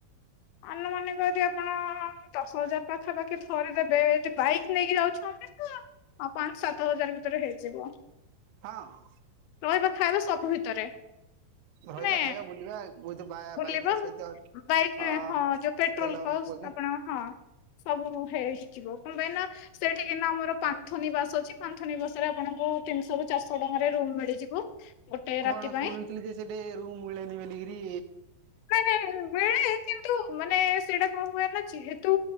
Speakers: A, on the left; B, on the right.
A: ଆନୁମାନିକ ଯଦି ଆପଣ ଦଶ ହଜାର ପାଖାପାଖି ଥରେ ଦେବେ। ଯଦି ବାଇକ୍ ନେଇକି ଯାଉଛନ୍ତି ତ ପାଞ୍ଚ ସାତ ହଜାର ଭିତରେ ହେଇଯିବ।
B: ହଁ
A: ରହିବା ଖାଇବା ସବୁ ଭିତରେ।
B: ରହିବା
A: ମାନେ
B: ଖାଇବା ବୁଲିବା ବ
A: ବୁଲିବା
B: ବାଇକରେ ସହିତ
A: ବାଇକ୍
B: ଅ
A: ହଁ ଯୋଉ ପେଟ୍ରୋଲ
B: ତେଲ
A: କଷ୍ଟ
B: ପକେଇକି
A: ଆପଣଙ୍କ ହଁ ସବୁ ହେଇ <inaudible> ିବ <inaudible> କଣ ପାଇଁ ନା ସେଠିିକିନା ଆମର ପାନ୍ଥନିବାସ ଅଛି ପାନ୍ଥନନିବାସ ରେ ଆପଣଙ୍କୁ ତିନିଶହ ରୁ ଚାରିଶହ ଟଙ୍କାରେ ରୁମ ମିଳିଯିବ। ଗୋଟେ
B: କଣ
A: ରାତି ପାଇଁ
B: ଶୁଣୁଥିଲି ଯେ ସେଠି ରୁମ୍ ମିଳେନି ବୋଲିକରି।
A: ମାନେ ବେଳେ କିନ୍ତୁ ମାନେ ସେଟା କଣ ହୁଏନ ଯେହେତୁ